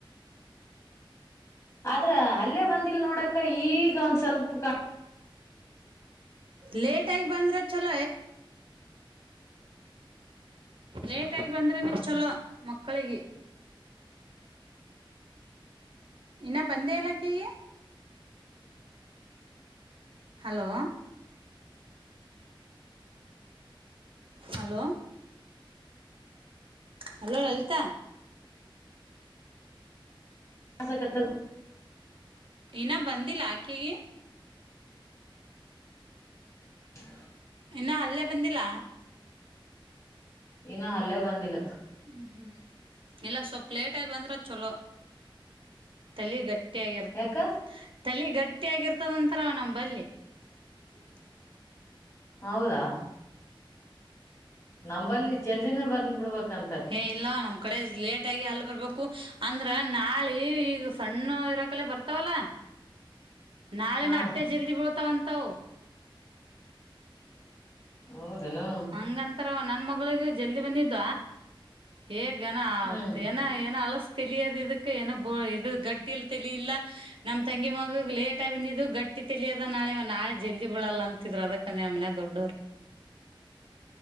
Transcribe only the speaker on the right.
ಲೆಟ್ <unintelligible> ಬಂದ್ರ ಚಲ ಲೇಟಾಗಿ ಬಂದ್ರನೆ ಚಲೋ ಮಕ್ಕಳಿಗೆ ಇನ್ನ ಬಂದೆ ಎಲ್ಲ <unintelligible> ಹಲೋ ಹಲೋ ಹಲೋ ಲಲಿತಾ
ಇನ ಬಂದಿಲ್ಲ ಆಕೆಗೆ
ಇನ್ನ ಅಲ್ಲೇ ಬಂದಿಲ್ಲ
ಹ್ಞ ಹ್ಞೂ ಇಲ್ಲ ಸ್ವಲ್ಪ ಲೇಟಾಗಿ ಅಂದ್ರೆ ಚಲೋ ತಲೆ ಗಟ್ಟಿ ಗಟ್ಟಿ ಆಾಗಿರ್ತ
ತಲೆ ಗಟ್ಟಿ ಆಗಿರ್ತದ ನಂರ ನಮ್ಮ ಬಲ್ಲಿ <unintelligible>
ಏ ಇಲ್ಲ ನಮ್ ಕಡೆ ಲೇಟ್ ಆಗಿ ಅಲ್ಲಿ ಬರ್ಬೇಕು ಅಂದ್ರ ನಾಳೆ ಈಗ ಸಣ್ಣ ಇರಕಲೆ ಬರ್ತಾವಲ್ಲ ನಾಳೆ
ನ ಅೆ ಜಲ್ದಿ ಬೀಳ್ತಾವಂತ ಕುತ್ತೋ
ಹಂಗಂತಾರ ನನ್ ಮಗಳಗ ಜಲ್ದಿ ಬಂದಿದ್ದ ಹೇಗನಾ ಆತ್
ಏನ ಏನ ಅಲ ತಲಿಯದ ಇದಕ್ಕ ಏನೋ ಇದ ಗಟ್ಟಿಯಲ್ಲಿ ತಲಿಲ್ಲಾ ನಮ್ ತಂಗಿ ಮಗಗ್ ಲೇಟ್ ಆಗಂದಿದ್ದು ಗಟ್ಟಿ ತಲಿಯದ ನಾಳೆ ನಾಳೆ ಜಲ್ದಿ ಬಳಲ್ಲ ಅಂತಿದ್ರರು ಅದಕ್ಕಂದ ಮನೆ ದೊಡ್ಡವರು